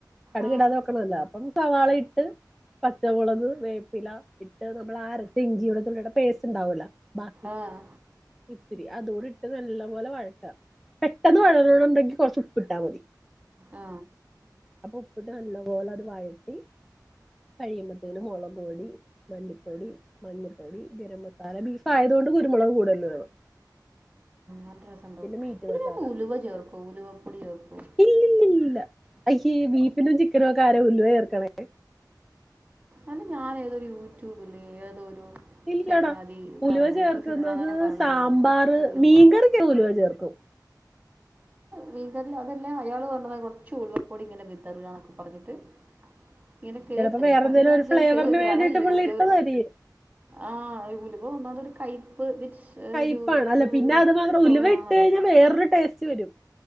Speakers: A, in the centre; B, on the right (about 20°).
A: കടുക്
B: ആ
A: ഇടാതെ വെക്കണല്ല അപ്പം സവാള ട്ട് പച്ചമുളക് വേപ്പില ഇട്ട് നമ്മൾ ആരത്തെ ഇഞ്ചിയുടെ തുള്ളിയുടെ പേസ്റ്റ് ഉണ്ടാവൂല ബാക്കി
B: ആഹ്
A: ഇത്തിരി അതോടിട്ട് നല്ല പോലെ വഴട്ട പെട്ടെന്ന് വഴന്നണ ഉണ്ടെങ്കിൽ കുറച്ച് ഉപ്പ്ട്ടാൽ മതി
B: ആ
A: അപ്പൊ ഉപ്പിട്ട് നല്ല പോലെ അത് വഴട്ടി കഴിയുമ്പത്തേനും മുളക് പൊടി മല്ലിപ്പൊടി മഞ്ഞപ്പൊടി ഗരം മസ നല്ല ബീഫ് ആയതൊണ്ട് കുരുമുളക് കൂടുതല് വേണം
B: ന രസം ഉണ്ടാവും
A: പിന്നെ മീറ്റ്
B: ഇതിനത്
A: മസാല
B: ഉലുവ ചേർക്കോ ഉലുവപ്പൊടി ചേർക്കോ
A: ഇല്ലല്ലല്ല അയ്യേ ബീഫിനും ചിക്കനോ ഒക്കെ ആര ഉല്ലുവ ചഏർക്കണേ
B: അത് ഞാൻ ഏതൊരു യൂട്യൂബില് ഏതൊരു
A: ഇല്ലടാ
B: ചങ്ങാതി
A: ഉലുവ
B: പറയണ
A: ചേർക്കുന്നത്
B: ഏതൊരു സിനിമാ നടൻ പറയണെങ്കിലും
A: സാമ്പാറ്
B: ഉലുവ
A: മീൻകറിക്കാ ഉലുവ ചേർക്ക കും
B: മീൻ കറി അതെല്ല അയാള് പറഞ്ഞ കുറച്ച് ഉഴുവക്കൂടി ഇങ്ങനെ വിതറുക എന്നൊക്കെ പറഞ്ഞിട്ട് ഇങ്ങനെ കേട്ട്
A: ചിലപ്പോ വേറെ
B: ശേ
A: എന്തെലും
B: അത് ഞാൻ
A: ഒരു
B: ഇതുവരെ
A: ഫ്ലേവറിന്
B: ചെയ്ത് നോക്കില
A: വേണ്ടിയിട്ട്
B: കണം യു
A: പുള്ളി
B: യു
A: ഇട്ടതായിരിക്കും
B: ആ അ അതൊരു കൈപ്പ് വീറ്റ്സ്
A: കയ്പ്പാണ്
B: ഒരു ഒരു
A: അല്ല പിന്നെ
B: ഒരു
A: അത് മാത്രം
B: ചോവയാണല്ലോ
A: ഉലുവ ഇട്ട് കഴിഞ്ഞാൽ വേറൊരു ടേസ്റ്റ് വരും